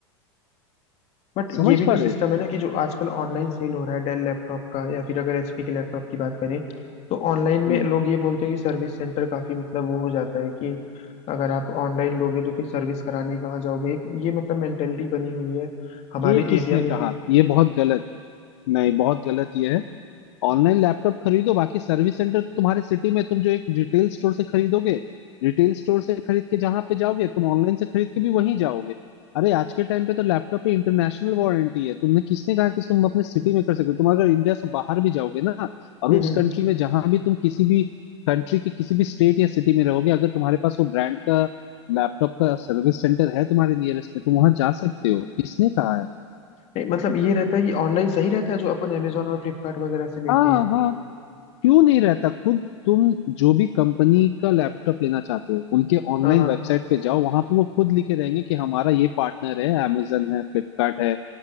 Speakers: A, on the left (about 45°); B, on the left (about 65°).
A: बट
B: समझ
A: ये भी तो
B: पा
A: सिस्टम
B: रहे हो
A: है ना कि जो आजकल ऑनलाइन सेल हो रहा है डेल लैपटॉप का या फिर अगर एचपी के लैपटॉप की बात करें तो ऑनलाइन में
B: हम्म।
A: लोग ये बोलते हैं कि सर्विस सेंटर काफी मतलब वो हो जाता है कि अगर आप ऑनलाइन लोगे तो फिर सर्विस कराने कहाँ जाओगे एक ये मतलब मेंटेलिटी बनी हुई है हमारे
B: ये किसने
A: एरिया में
B: कहा
A: भी
B: ये बहुत गलत नहीं बहुत गलत ये है ऑनलाइन लैपटॉप खरीदो बाकी सर्विस सेंटर तुम्हारे सिटी में तुम जो एक रिटेल स्टोर से खरीदोगे रिटेल स्टोर से खरीद के जहां पे जाओगे तुम ऑनलाइन से खरीद के भी वहीं जाओगे अरे आज के टाइम पे तो लैपटॉप पे इंटरनेशनल वारंटी है तुमने किसने कहा कि तुम अपने सिटी में कर सकते हो तुम अगर इंडिया से बाहर भी जाओगे ना और
A: हम्म
B: उस
A: हम्म
B: कंट्री में जहां भी तुम किसी भी कंट्री के किसी भी स्टेट या सिटी में रहोगे अगर तुम्हारे पास वो ब्रांड का लैपटॉप का सर्विस सेंटर है तुम्हारे नियरेस्ट में तुम वहां जा सकते हो किसने कहा है
A: नहीं, मतलब ये रहता है कि ऑनलाइन सही रहता है जो अपन अमेजोन और फ्लिपकार्ट वगैरह से लेते
B: हाँ
A: हैं
B: हाँ क्यों नहीं रहता खुद तुम जो भी कंपनी का लैपटॉप लेना चाहते हो उनके ऑनलाइन
A: हाँ हाँ
B: वेबसाइट पे जाओ वहां पे वो खुद लिखे रहेंगे कि हमारा ये पार्टनर है amazon है फ्लिपकार्ट है